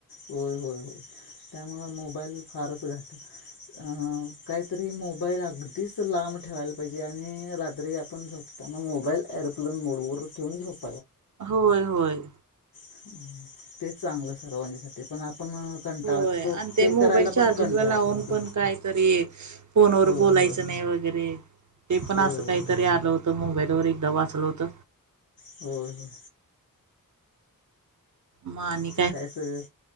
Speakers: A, on the left (about 80°); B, on the right (about 60°).
A: होय होय होय त्यामुळं मोबाईल फारच घातक <inaudible> अ काहीतरी मोबाईल अगदीच लांब ठेवायला पाहिजे आणि रात्री आपण झोपतो <inaudible> त्यामुळं मोबाईल एरोप्लेन मोडवरच ठेवून झोपायच
B: होय होय
A: <inaudible> तेच चांगलं सर्वांच्यासाठी पण आपण कंटाळा
B: होय
A: तो
B: आणि ते मोबाईल
A: करायला
B: चार्जिंगला
A: पण कंटाळा
B: लावून
A: करतो
B: पण काहीतरी फोनवर
A: होय
B: बोलायचं
A: होय
B: नाही. वगैरे ते पण
A: होय
B: अस
A: होय
B: काहीतरी
A: होय
B: आलं होत मोबाईल व एकदा वाचलं होत.
A: होय होय
B: मग आणि
A: ते काय सगळं